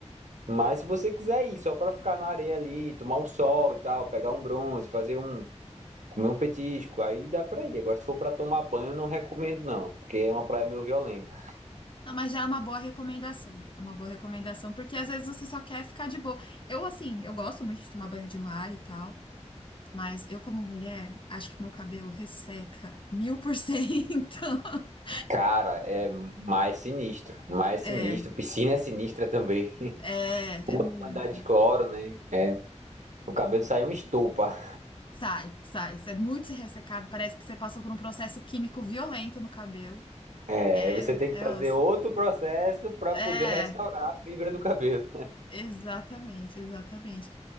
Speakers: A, on the right; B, on the left.
A: Mas se você quiser ir só pra ficar na areia ali, tomar um sol e tal, pegar um bronze, fazer um, comer um petisco, aí dá pra ir. Agora se for pra tomar banho, eu não recomendo não, porque é uma praia meio violenta.
B: Não, mas já é uma boa recomendação. É uma boa recomendação, porque às vezes você só quer ficar de boa. Eu, assim, eu gosto muito de tomar banho de mar e tal. Mas eu, como mulher, acho que meu cabelo resseca mil por cento. <laughs>
A: Cara, é mais sinistro, mais
B: É,
A: sinistro. Piscina é sinistra também. <laughs>
B: é,
A: A
B: é muito.
A: quantidade de cloro, né? O cabelo sai uma estopa.
B: Sai, sai. Isso é muito ressecado. Parece que você passou por um processo químico violento no cabelo.
A: É,
B: É,
A: aí você tem
B: é
A: que fazer
B: osso.
A: outro processo para
B: É,
A: poder restaurar a fibra do cabelo.
B: exatamente, exatamente.